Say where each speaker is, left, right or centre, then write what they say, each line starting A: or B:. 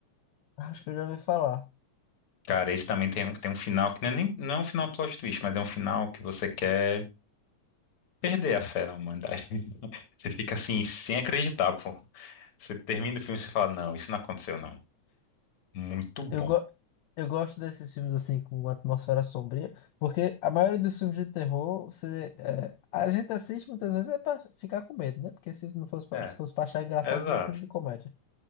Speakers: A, on the left; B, on the left.
A: Acho que eu já ouvi falar.
B: Cara, esse também tem, um- tem um final que não é, nem, não é um final plot twist, mas é um final que você quer perder a fé na humanidade. <laughs> Você fica assim, sem acreditar, pô. Você termina o filme e você fala, não, isso não aconteceu, não. Muito bom.
A: Eu, go eu gosto desses filmes assim com uma atmosfera sombria, porque a maioria dos filmes de terror, você, é, a gente assiste muitas vezes é para ficar com medo, né? Porque se não fosse pra,
B: É,
A: se fosse para achar engraçado,
B: exato.
A: devia filme de comédia.